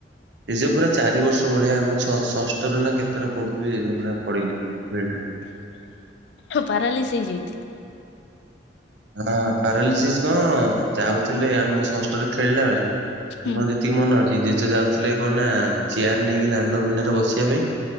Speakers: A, on the right; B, on the left.
A: ଜେଜେ ପୁରା ଚାରି ବର୍ଷ- ଭଳିଆ ମୁଁ ଷଷ୍ଠରେ ନା କେତେରେ ପଢୁଥିଲି ଜେଜେ ପୁରା ପଡିଲେ ବେଡରେ।
B: ପାରାଲିସ ହେଇ ଯାଇ
A: ହଁ ପାରାଲିସିସ୍ କଣ ଯାଉଥିଲେ ଆମେ ଷଷ୍ଠରେ ଖେଳିଲା ବେଳେ
B: ହୁଁ
A: ମର ଯେତି ତିକି ମନ ଅଛି ଜେଜେ ଯାଉଥିଲେ କଣ ନା ଚେୟାର ନେଇକି ଦାଣ୍ଡ ପିଣ୍ଢାରେ ବସିବା ପାଇଁ।